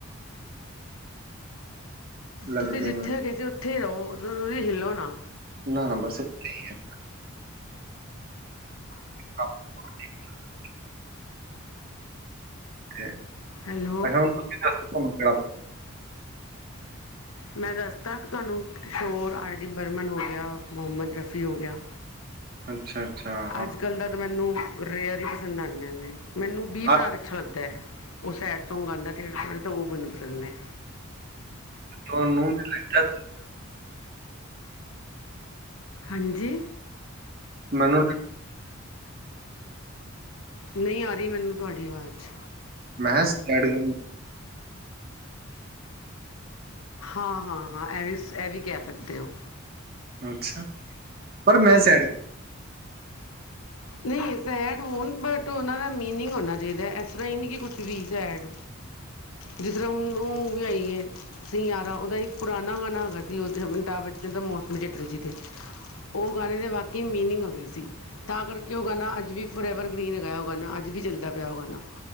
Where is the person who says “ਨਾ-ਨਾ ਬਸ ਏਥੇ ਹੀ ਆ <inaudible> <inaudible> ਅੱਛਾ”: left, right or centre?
Right